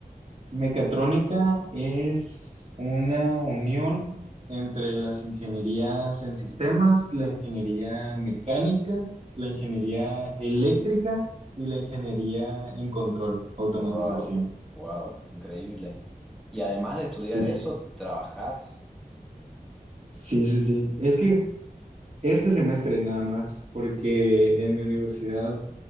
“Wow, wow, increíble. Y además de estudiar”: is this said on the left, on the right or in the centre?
Centre